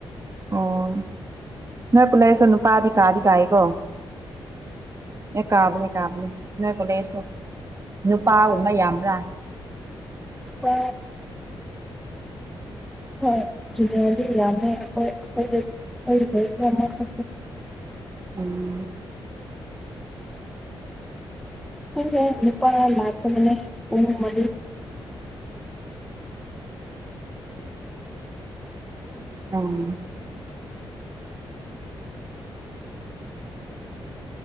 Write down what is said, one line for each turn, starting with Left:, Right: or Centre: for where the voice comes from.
Right: ꯑꯣ ꯅꯣꯏ ꯄꯨꯂꯁꯨ ꯅꯨꯄꯥꯗꯤ ꯀꯥꯗꯤ ꯀꯥꯏꯀꯣ ꯑꯦ ꯀꯥꯕꯅꯤ ꯀꯥꯕꯅꯦ ꯅꯣꯏ ꯀꯣꯂꯦꯖꯁꯨ ꯅꯨꯄꯥꯒꯨꯝꯕ ꯌꯥꯝꯕ꯭ꯔꯥ
Centre: ꯂꯨꯄꯥ ꯍꯣꯏ ꯖꯨꯅꯤꯑꯔ ꯗꯤ ꯌꯝꯃꯦ ꯈ ꯑꯩꯈ ꯑꯣꯏꯔꯃ ꯁ
Right: ꯎꯝ
Centre: ꯑꯗꯨꯦ ꯅꯨꯄꯥ ꯂꯥꯛꯇꯗꯅꯦ ꯎꯋꯥ
Right: ꯎꯝ